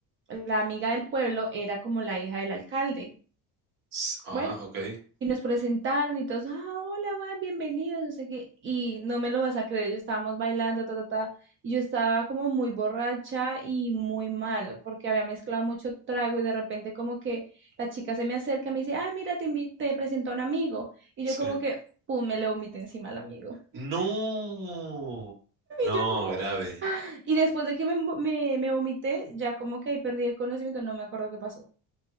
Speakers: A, on the right; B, on the right.
A: la amiga del pueblo era como la hija del alcalde.
B: s- Ah,
A: Bueno,
B: ok,
A: y nos presentaron y todos, ah, hola, weón, bienvenidos, no sé qué. Y no me lo vas a creer, yo estábamos bailando, ta, ta, ta. Y yo estaba como muy borracha y muy mal, porque había mezclado mucho trago y de repente como que la chica se me acerca y me dice, ah, mira, te, invi- te presento a un amigo. Y
B: sí.
A: yo como que, pum, me le vomité encima al amigo.
B: No,
A: <laughs>
B: no,
A: Y yo como,
B: grave.
A: y después de que me, me, me vomité, ya como que ahí perdí el conocimiento, no me acuerdo qué pasó.